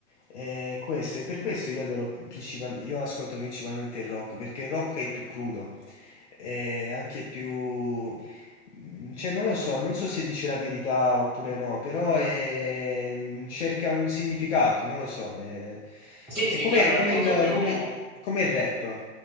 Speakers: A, on the left; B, in the centre.
A: E questo, e per questo io adoro principal- io ascolto principalmente il rock, perché il rock è più crudo, è anche più... mm, Cioè, non lo so, non so se dice la verità oppure no, però è- mm, cerca un significato, non lo so. È,
B: Sì,
A: è
B: sì,
A: come,
B: chiaro, è
A: come
B: molto
A: il,
B: più...
A: come- come il rap,